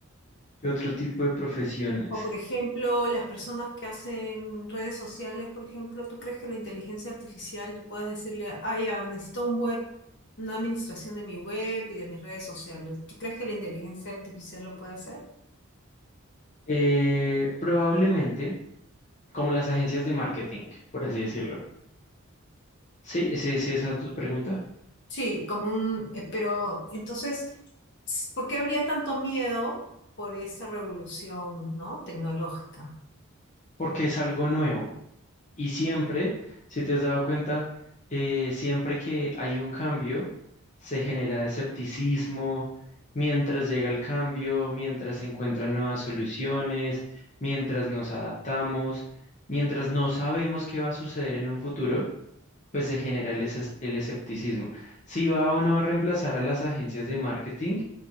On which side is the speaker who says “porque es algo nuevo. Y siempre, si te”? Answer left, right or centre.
Left